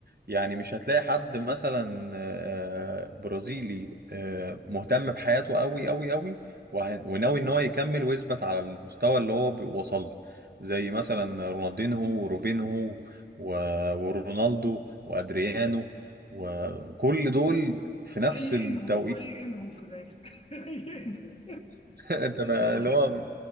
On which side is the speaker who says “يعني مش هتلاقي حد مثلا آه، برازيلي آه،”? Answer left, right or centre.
Right